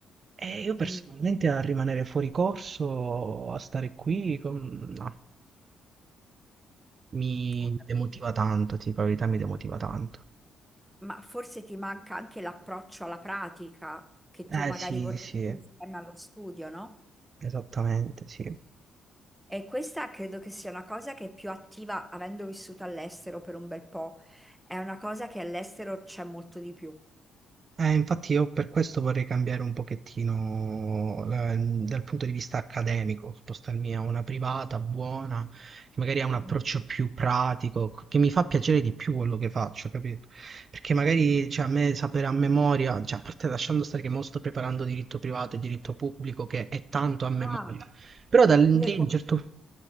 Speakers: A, on the right; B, in the centre.
A: e io personalmente
B: mm,
A: a rimanere fuori corso, a stare qui, con- no, mi
B: ho capito.
A: demotiva tanto, ti dico la verità, mi demotiva tanto.
B: Ma forse ti manca anche l'approccio alla pratica che
A: Eh
B: tu magari
A: sì,
B: vorresti
A: sì,
B: insieme allo studio, no?
A: esattamente, sì.
B: E questa credo che sia una cosa che è più attiva, avendo vissuto all'estero per un bel po', è una cosa che all'estero c'è molto di più.
A: Eh, infatti io per questo vorrei cambiare un pochettino la- dal punto di vista accademico, spostarmi a una privata buona, che magari ha un approccio
B: Mhm.
A: più pratico, che mi fa piacere di più quello che faccio, capito? Perché magari cioè, a me sapere a memoria, cioè, a parte lasciando stare che mo sto preparando diritto privato e diritto pubblico, che è tanto a memoria,
B: Ah,
A: però da lì,
B: due cose.
A: certo...